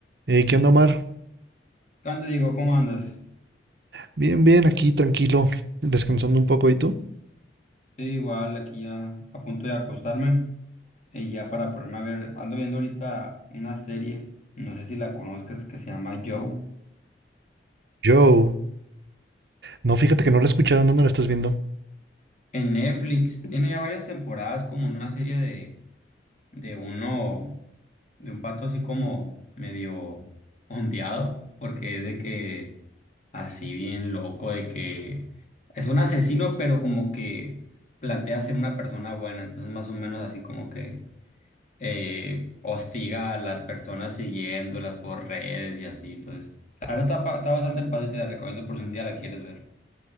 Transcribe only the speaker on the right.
Hey, ¿qué onda, Omar?
Bien, bien, aquí tranquilo, descansando un poco. ¿Y tú?
Joe. No, fíjate que no la he escuchado. ¿En dónde la estás viendo?